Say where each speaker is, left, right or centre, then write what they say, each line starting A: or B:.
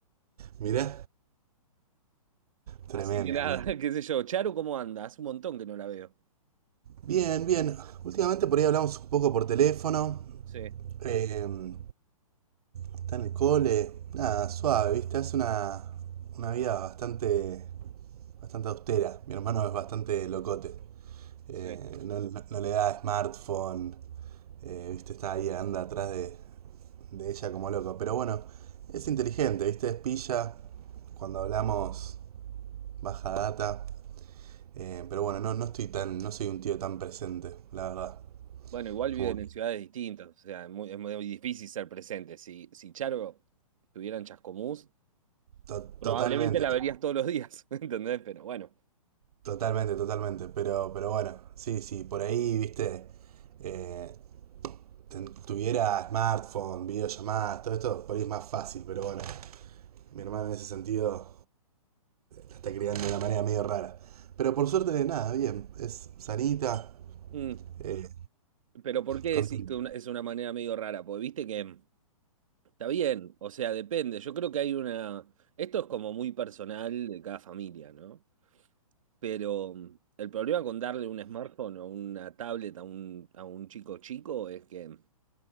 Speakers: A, on the right; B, on the right.
A: Mirá, tremendo,
B: Así que nada,
A: amigo.
B: <laughs> qué sé yo. Charo, ¿cómo anda? Hace un montón que no la veo.
A: Bien, bien. Últimamente por ahí hablamos un poco por teléfono.
B: Sí,
A: Eh, está en el cole. Nada, suave, ¿viste? Hace una, una vida bastante, bastante austera. Mi hermano es bastante locote. eh,
B: sí.
A: no, no, no le da smartphone, eh, ¿viste? Está ahí, anda atrás de, de, ella como loco. Pero bueno, es inteligente, ¿viste? Es pilla cuando hablamos baja data. Eh, pero bueno, no, no estoy tan, no soy un tío tan presente, la verdad.
B: Bueno, igual viven
A: Como que
B: en ciudades distintas, o sea, es muy, es muy difícil ser presente. Si, si Charo estuviera en Chascomús,
A: to
B: probablemente
A: totalmente,
B: la verías
A: to
B: todos los días, <laughs> ¿entendés? Pero bueno.
A: totalmente, totalmente. Pero, pero bueno, sí, sí, por ahí, ¿viste? eh, ten- tuviera smartphone, videollamadas, todo esto, por ahí es más fácil, pero bueno, mi hermano en ese sentido está criando de una manera medio rara. Pero por suerte de nada, bien. Es sanita,
B: Mm.
A: eh,
B: Pero ¿por qué
A: contenta.
B: decís que una- es una manera medio rara? Porque viste que Está bien, o sea, depende. Yo creo que hay una... Esto es como muy personal de cada familia, ¿no? Pero mm, el problema con darle un smartphone o una tablet a un, a un chico chico es que